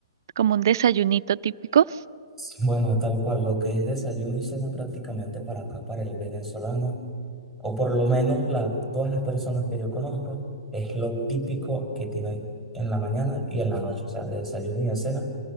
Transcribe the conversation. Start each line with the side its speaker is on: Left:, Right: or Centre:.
Right: Como un desayunito típico.
Centre: Bueno, tal cual, lo que es desayuno y cena prácticamente para acá, para el venezolano. o por lo menos la, todas las personas que yo conozco, es lo típico que tienen en la mañana y en la noche, o sea, de desayuno y de cena